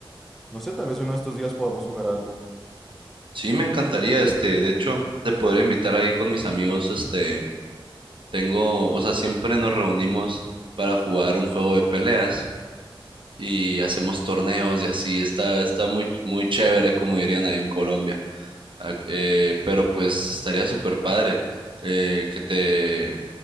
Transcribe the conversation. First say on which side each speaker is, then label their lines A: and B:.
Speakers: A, in the centre; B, on the right.
A: no sé, tal vez uno de estos días podamos jugar algo.
B: Sí, me encantaría, este, de hecho, te podría invitar ahí con mis amigos, este, tengo, o sea, siempre nos reunimos para jugar un juego de peleas y hacemos torneos y así, está, está muy, muy chévere, como dirían ahí en Colombia, Ah, eh, pero pues estaría súper padre eh, que te,